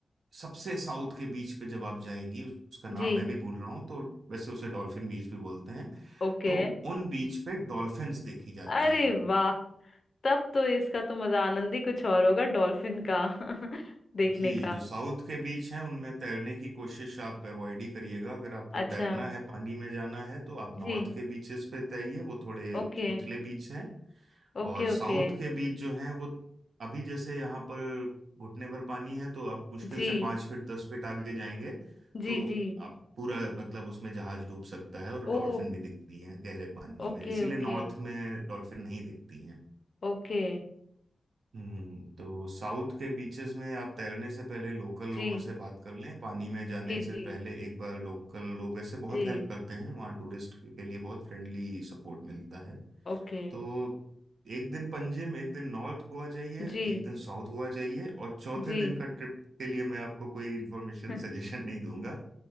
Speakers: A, on the right; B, on the left.
A: सबसे साउथ के बीच पे जब आप जाएंगी उस- उसका नाम
B: जी
A: मैं भी भूल रहा हूँ तो वैसे उसे डॉल्फिन बीच भी बोलते हैं
B: ओके
A: तो उन बीच पे डॉल्फिन्स देखी जाती
B: अरे
A: हैं
B: वाह तब तो इसका तो मजा आनंद ही कुछ और होगा डॉल्फिन का <laughs> देखने
A: जी
B: का
A: जो साउथ के बीच हैं उनमें तैरने की कोशिश आप अवॉइड ही करिएगा अगर आपको
B: अच्छा
A: तैरना है पानी में जाना है तो आप
B: जी
A: नॉर्थ के बीचेस पे तैरिए वो थोड़े
B: Okay
A: उथले बीच हैं
B: okay
A: और साउथ
B: okay
A: के बीच जो है वो अभी जैसे यहाँ पर घुटने भर पानी है तो अब मुश्किल
B: जी
A: से पाँच फीट दस फीट आगे जाएंगे
B: जी
A: तो
B: जी
A: अब पूरा मतलब उसमें जहाज डूब सकता है और
B: ओ
A: डॉल्फिन भी दिखती हैं गहरे पानी में
B: Okay
A: इसीलिए
B: okay
A: नॉर्थ में डॉल्फिन नहीं दिखती हैं
B: okay
A: हम्म तो साउथ के बीचेस में आप तैरने से पहले लोकल
B: जी
A: लोगों से बात कर लें पानी में जाने
B: जी
A: से
B: जी
A: पहले एक बार लोकल लोग ऐसे बहुत
B: जी
A: हेल्प करते हैं वहाँ टूरिस्ट के लिए बहुत फ्रेंडली सपोर्ट मिलता है
B: ओके
A: तो एक दिन पंजिम एक दिन नॉर्थ गोवा जाइए
B: जी
A: एक दिन साउथ गोवा जाइए और चौथे
B: जी
A: दिन का ट्रिप के लिए मैं आपको कोई इन्फॉर्मेशन
B: <laughs>
A: सजेशन नहीं दूंगा